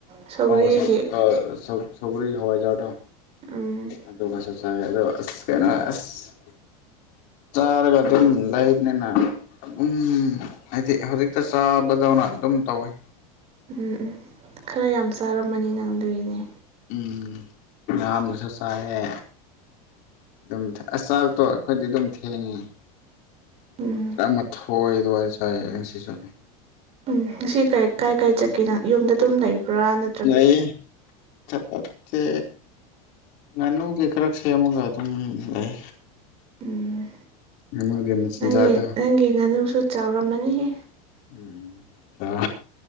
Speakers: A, on the right; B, on the left.
A: ꯁꯧꯒ꯭ꯔꯤꯒꯤ
B: ꯑꯧ ꯁꯧ ꯑ ꯁꯧ ꯁꯧꯒ꯭ꯔꯤ ꯍꯋꯥꯏꯖꯥꯔꯗꯣ
A: ꯎꯝ
B: ꯑꯗꯨꯒꯁꯨ ꯆꯥꯏ ꯑꯗꯣ ꯑꯁ ꯀꯩꯅꯣ ꯑꯁ ꯆꯥꯔꯒ ꯑꯗꯨꯝ ꯂꯩꯕꯅꯤꯅ ꯎꯝ ꯍꯥꯏꯗꯤ ꯍꯧꯖꯤꯛꯇ ꯆꯥꯕꯗꯧꯅ ꯑꯗꯨꯝ ꯇꯧꯋꯤ
A: ꯎꯝ ꯎꯝ ꯈꯔ ꯌꯥꯝ ꯆꯥꯔꯝꯃꯅꯤ ꯅꯪ ꯑꯗꯨꯒꯤꯅꯦ
B: ꯎꯝ ꯌꯥꯝꯅꯁꯨ ꯆꯥꯏꯌꯦ ꯑꯗꯨꯝ ꯑꯁ ꯆꯥꯛꯇꯣ ꯑꯩꯈꯣꯏꯗꯤ ꯑꯗꯨꯝ ꯊꯦꯡꯉꯤ
A: ꯎꯝ
B: ꯇꯔꯥꯃꯊꯣꯏ ꯑꯗꯨꯋꯥꯏꯗ ꯆꯥꯏꯌꯦ ꯉꯁꯤꯁꯨ
A: ꯎꯝ ꯉꯁꯤ ꯀꯩ ꯀꯥꯏ ꯀꯥꯏ ꯆꯠꯀꯦ ꯅꯪ ꯌꯨꯝꯗ ꯑꯗꯨꯝ ꯂꯩꯕ꯭ꯔꯥ ꯅꯠ
B: ꯂꯩꯌꯦ ꯆꯠ ꯆꯠꯇꯦ ꯉꯥꯅꯨꯒꯤ ꯈꯔ ꯁꯦꯝꯃꯒ ꯑꯗꯨꯝ ꯂꯩ
A: ꯎꯝ
B: ꯉꯥꯅꯨꯒꯤ ꯃꯆꯤꯟꯖꯥꯛꯗꯣ
A: ꯅꯪꯒꯤ ꯅꯪꯒꯤ ꯉꯥꯅꯨꯁꯨ ꯆꯥꯎꯔꯝꯃꯅꯤꯍꯦ
B: ꯎꯝ ꯆꯥꯎ